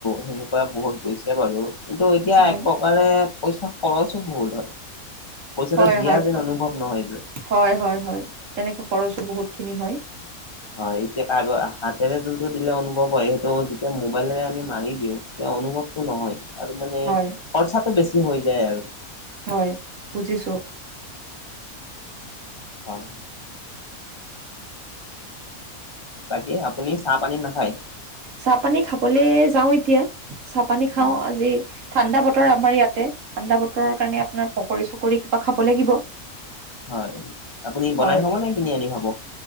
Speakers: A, on the left (about 25°); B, on the right (about 60°).
A: সেনেকুৱা বহুত গৈছে বাৰু কিন্তু এতিয়া
B: হয়
A: এপক কাৰে পইচা খৰচো বহুত হয়, পইচাটো
B: হয়
A: দিয়া
B: হয়
A: যেন অনুভৱ নহয় যে।
B: হয়, হয়, হয় তেনেকে খৰচো বহুত খিনি হয়।
A: হয়, এতিয়া তা-আগৰ, হাতেৰে যোনটো দিলে অনুভৱ হয়, সেইটো যেতিয়া মোবাইলেৰে আমি মাৰি দিওঁ এতিয়া অনুভৱটো নহয় আৰু মানে
B: হয়
A: খৰচাটো বেছি হৈ যায় আৰু।
B: হয় বুজিছো।
A: হয়। বাকী আপুনি চাহ পানী নাখায়?
B: চাহ পানী খাবলে যাওঁ এতিয়া, চাহ পানী খাও
A: হয়
B: আজি ঠাণ্ডা বতৰ আমাৰ ইয়াতে, ঠাণ্ডা বতৰৰ কাৰণে আপোনাৰ পকৰি-চকৰি কিবা খাব লাগিব।
A: হয়, আপুনি বনাই
B: হয়
A: খাব নে, কিনি আনি খাব।